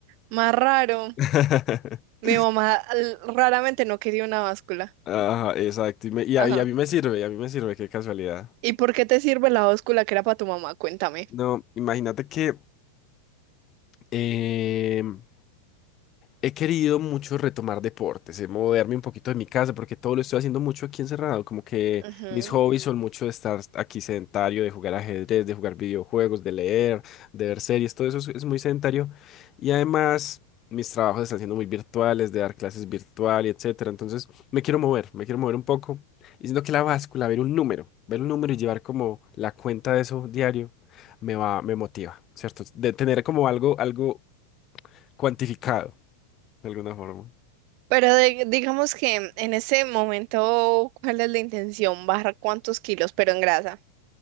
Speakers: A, on the right; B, on the left.
A: Más raro.
B: <laughs>
A: Mi mamá l- raramente no quería una báscula.
B: Ajá, exacto. Y, me- y
A: Ajá.
B: a, y a mí me sirve, y a mí me sirve, qué casualidad.
A: ¿Y por qué te sirve la báscula que era para tu mamá? Cuéntame.
B: No, imagínate que em, He querido mucho retomar deportes, eh, moverme un poquito de mi casa, porque todo lo estoy haciendo mucho aquí encerrado. Como que
A: Ujú.
B: mis hobbies son mucho de estar aquí sedentario, de jugar ajedrez, de jugar videojuegos, de leer, de ver series, todo eso es, es muy sedentario. Y además, mis trabajos están siendo muy virtuales, de dar clases virtual y etcétera. Entonces, me quiero mover, me quiero mover un poco. Y siento que la báscula, ver un número, ver un número y llevar como la cuenta de eso diario, me va, me motiva, ¿cierto? De tener como algo, algo cuantificado, de alguna forma.
A: Pero de- digamos que en ese momento, ¿cuál es la intención? ¿Bajar cuántos kilos, pero en grasa?